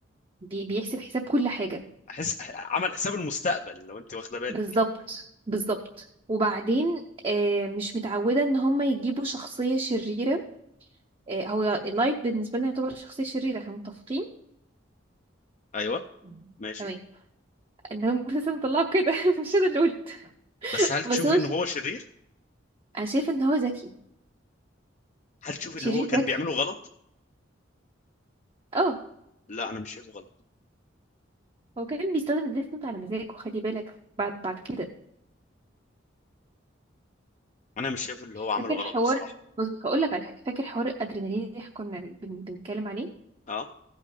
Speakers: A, on the right; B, on the left.
A: بي بيحسب حساب كل حاجة
B: حس عمل حساب المستقبل لو انت واخده بالك
A: بالظبط بالظبط وبعدين آه مش متعودة ان هم يجيبوا شخصية شريرة آه هو لايت بالنسبة لنا يعتبر شخصية شريرة احنا متفقين
B: ايوه
A: مم.
B: ماشي
A: تمام ان هم بس مطلعه كده <laughs> مش انا اللي قلت
B: بس هل تشوفي
A: بس هو
B: ان
A: ش-
B: هو شرير
A: انا شايفة ان هو ذكي
B: هل تشوفي
A: شرير
B: اللي هو كان
A: ذكي
B: بيعمله غلط
A: اه
B: لا انا مش شايفه غلط
A: هو كان بيستخدم الديث نوت على مزاجه خلي بالك بعد بعد كده
B: انا مش شايف اللي هو عمله
A: فاكر
B: غلط
A: حوار
B: بصراحه
A: بص هقول لك على حاجه فاكر حوار الادرينالين اللي احنا كنا بن- بن- بنتكلم عليه
B: اه